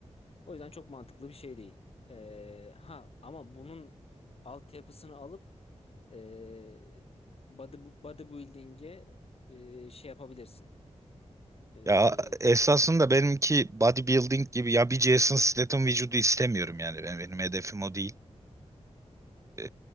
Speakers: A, on the left; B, on the right.
A: O yüzden çok mantıklı bir şey değil. Ee, ha ama bunun altyapısını alıp e, body, bodybuilding'e e, şey yapabilirsin. Ee,
B: Ya esasında benimki bodybuilding gibi ya bir Jason Statham vücudu istemiyorum yani benim, benim hedefim o değil. Ee,